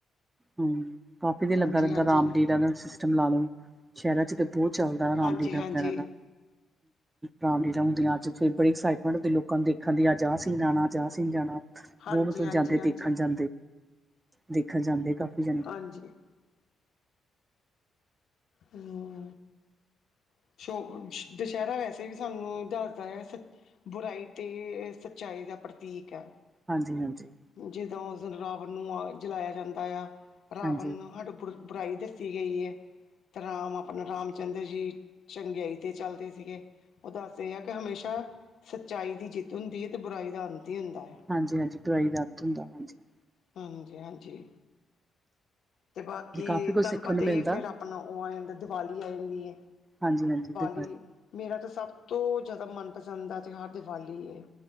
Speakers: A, on the right; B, on the left.
A: ਹਮ ਕਾਪੀ ਤੇ ਲੱਗਾ
B: ਹਾਂਜੀ,
A: ਰਹਿੰਦਾ
B: ਹਾਂਜੀ।
A: ਰਾਮ <unintelligible> <unintelligible> ਲਾ ਲਓ ਸ਼ਹਿਰਾਂ ਚ ਤੇ ਬਹੁਤ ਚੱਲਦਾ ਰਾਮਲੀਲਾ
B: ਹਾਂਜੀ, ਹਾਂਜੀ,
A: ਵਗੈਰਾ ਦਾ ਰਾਮਲੀਲਾ ਹੁੰਦੀਆਂ ਜੀਥੇ ਬੜੀ ਐਕਸਾਈਟਮੈਂਟ ਹੁੰਦੀ ਲੋਕਾਂ ਨੂੰ ਦੇਖਣ ਦੀ ਅੱਜ ਆਹ ਸੀਨ ਆਣਾ ਅੱਜ ਆਹ ਸੀਨ ਜਾਣਾ
B: ਹਾਂਜੀ,
A: ਬਹੁ ਮਤਲਬ
B: ਹਾਂਜੀ,
A: ਜਾਂਦੇ
B: ਹਾਂਜੀ,
A: ਦੇਖਣ ਜਾਂ ਦੇਖਣ ਜਾਂਦੇ ਆ ਕਾਫੀ ਜਣੇ
B: ਹਾਂਜੀ। ਹਮ <unintelligible> ਦੁਸਹਿਰਾ ਵੈਸੇ ਵੀ ਸਾਨੂੰ ਦੱਸਦਾ ਹੈ ਬੁਰਾਈ ਤੇ ਅ ਸੱਚਾਈ ਦਾ ਪ੍ਰਤੀਕ ਐ
A: ਹਾਂਜੀ ਹਾਂਜੀ
B: ਜਦੋਂ ਉਸ ਦਿਨ ਰਾਵਣ ਨੂੰ ਆ ਜਲਾਇਆ ਜਾਂਦਾ ਆ ਰਾਵਣ
A: ਹਾਂਜੀ,
B: ਨੂੰ <unintelligible> ਬੁਰਾਈ ਦੱਸੀ ਗਈ ਏ। ਤਾਂ ਰਾਮ ਆਪਣੇ, ਰਾਮ ਚੰਦਰ ਜੀ ਚੰਗਿਆਈ 'ਤੇ ਚੱਲਦੇ ਸੀਗੇ। ਓ ਦੱਸਦੇ ਆ, ਕਿ ਹਮੇਸ਼ਾ ਸੱਚਾਈ ਦੀ ਜਿੱਤ ਹੁੰਦੀ ਏ, ਤੇ ਬੁਰਾਈ ਦਾ ਅੰਤ ਈ ਹੁੰਦਾ ਆ।
A: ਹਾਂਜੀ -ਹਾਂਜੀ ਬੁਰਾਈ ਦਾ ਅੰਤ ਹੁੰਦਾ, ਹਾਂਜੀ।
B: ਹਾਂਜੀ -ਹਾਂਜੀ। ਤੇ ਬਾਕੀ
A: ਜੀ ਕਾਫੀ ਕੁਝ
B: ਤੁਹਾਨੂੰ
A: ਸਿੱਖਣ
B: ਪਤਾ
A: ਨੂੰ
B: ਹੀ
A: ਮਿਲਦਾ
B: ਏ, ਫਿਰ ਆਪਣਾ ਉਹ ਆ ਜਾਂਦਾ, ਦੀਵਾਲੀ ਆ ਜਾਂਦੀ ਏ।
A: ਹਾਂਜੀ ਹਾਂਜੀ ਬਿਲਕੁਲ।
B: ਏ, ਮੇਰਾ ਤਾਂ ਸਭ ਤੋਂ ਜ਼ਿਆਦਾ ਮਨਪਸੰਦ ਦਾ ਤਿਉਹਾਰ ਦੀਵਾਲੀ ਏ।